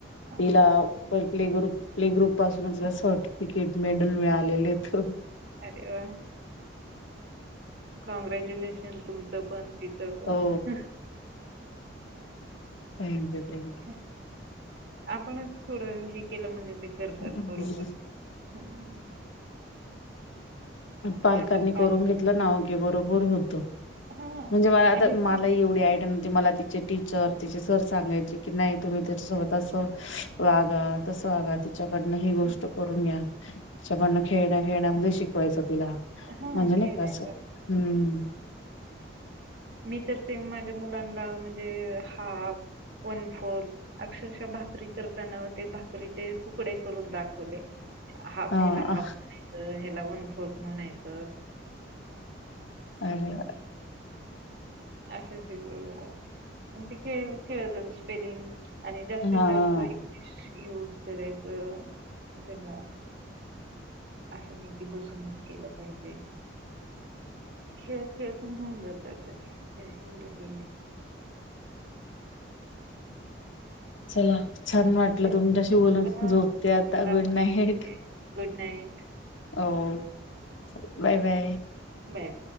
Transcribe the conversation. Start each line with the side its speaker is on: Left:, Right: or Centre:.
Right: हा.
Left: तिला प्ले ग्रुप प्ले ग्रुप पासूनच सर्टि क्रिकेट मेडल मिळालेलेयत.
Right: अरे वा कॉंग्रेजुलश शन तुमचं पण तिचं पण.
Left: हो Thank you thank you.
Right: काय. आपणच थोडं हे केलं म्हणजे ते करतात
Left: थँक्यू.
Right: बरोबर. हम्.
Left: पालकांनी
Right: ते आपण काय
Left: करून घेतलं ना की बरोबर होतं.
Right: हां.
Left: म्हणजे मला आता
Right: आणि
Left: मला
Right: हं,
Left: एवढी आयड न्हवती मला तिचे टीचर तिचे सर सांगायचे की नाय तुम्ही तीच्यासोबत असं वागा. तस वागा तिच्याकडनं ही गोष्ट
Right: हं,
Left: करून घ्या तिच्याकडनं
Right: हं,
Left: खेळण्या
Right: हं.
Left: खेळण्यामधे शिक वायच तिला
Right: हां,
Left: म्हणजे नाही
Right: खेळ
Left: असं
Right: का.
Left: हम्म.
Right: मी तर ते माझ्या मुलांना म्हणजे हाफ वन फोर्थ अक्षरशः भाकरी करताना ते भाकरीचे तुकडे करून दाखवले. हाफ
Left: हा
Right: ह्याला हाफ म्हणायचं ह्याला वन फोर्थ म्हणायचं.
Left: <inaudible>
Right: असं शिकवलय त्यांना पण ते खेळ खेळत च स्पेलिंग आणि जास्तीत
Left: हा
Right: जास्त इंग्लिश यूज करायचं त्यांना. असं नाही की बसूनच केलं पाहिजे. खेळत खेळत पण होऊन जात तस काहि एवढ हे नाही.
Left: चला छान वाटलं
Right: तर
Left: तुमच्याशी बोलून,
Right: मला
Left: झोपते आता गुड
Right: पण
Left: नाईट.
Right: Good night.
Left: हो चल बाय बाय.
Right: बाय.